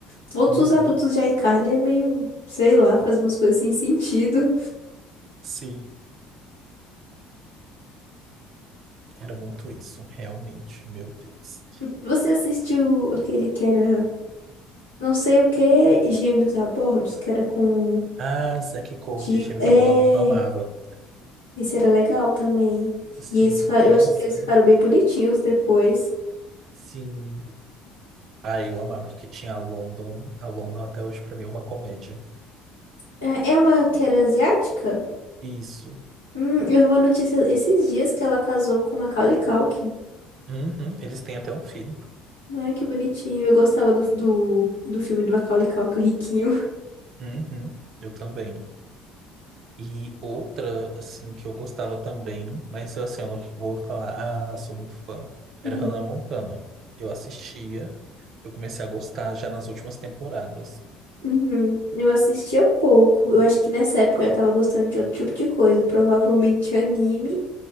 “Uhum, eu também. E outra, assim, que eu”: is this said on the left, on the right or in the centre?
Right